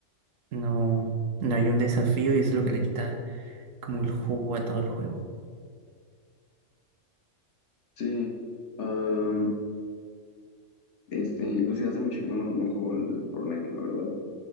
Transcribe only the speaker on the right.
No, no hay un desafío y es lo que le quita como el jugo a todo el juego.